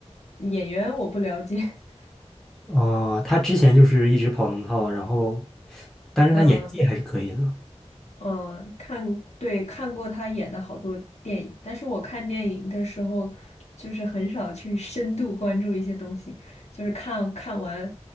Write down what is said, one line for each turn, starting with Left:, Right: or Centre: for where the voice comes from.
Left: 演员我不了解。<laughs>
Centre: 哦，他之前就是一直跑龙套，然后，但是他演技还是可以的。
Left: 嗯嗯，看，对，看过他演的好多电影，但是我看电影的时候，就是很少去深度关注一些东西，就是看看完，